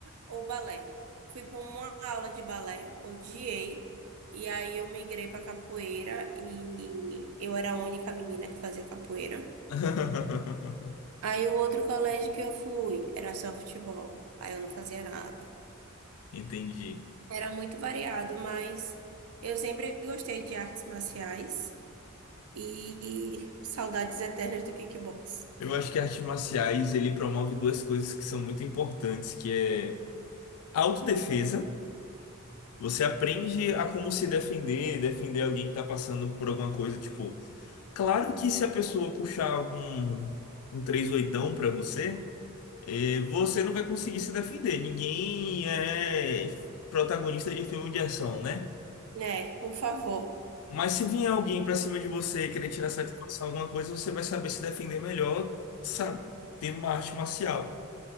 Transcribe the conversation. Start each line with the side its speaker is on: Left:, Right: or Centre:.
Right: ou balé. Fui para uma aula de balé, odiei, e aí eu migrei para capoeira e eu era a única menina que fazia capoeira.
Left: <laughs>
Right: Aí o outro colégio que eu fui era só futebol, aí eu não fazia nada.
Left: Entendi.
Right: Era muito variado, mas eu sempre gostei de artes marciais e saudades eternas do kickbox.
Left: Eu acho que artes marciais ele promove duas coisas que são muito importantes, que é a autodefesa. Você aprende a como se defender, defender alguém que está passando por alguma coisa, tipo, claro que se a pessoa puxar algum um três oitão para você, eh, você não vai conseguir se defender. Ninguém é protagonista de filme de ação, né?
Right: Né, por favor.
Left: Mas se vier alguém para cima de você querer tirar satisfação alguma coisa, você vai saber se defender melhor, sabe, tendo uma arte marcial.